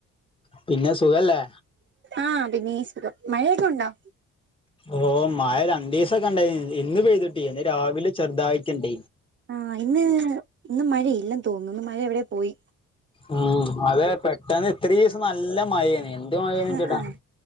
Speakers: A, on the left; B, on the right.
A: പിന്നെ സുഖല്ലേ
B: ആഹ <unintelligible> സുഖം മഴയൊക്കെ ഉണ്ടോ
A: ഓ മായ രണ്ടു ദിവസൊക്കെ ഉണ്ടായി എന്ന് പെയ്തിട്ടില്ല രാവിലെ ചെറുതാഴട്ടുണ്ട
B: ആഹ ഇന്ന് ഇന്ന് മഴയില്ലെന്ന് തോന്നുന്നു ഇന്ന് മഴ എവിടെയോ പോയി
A: ഉം അതെ പെട്ടന്ന് ഇത്ര ദിവസം നല്ല മഴേനി എന്ത് മഴേന
B: ആഹ്
A: ചേട്ടാ
B: ആഹ്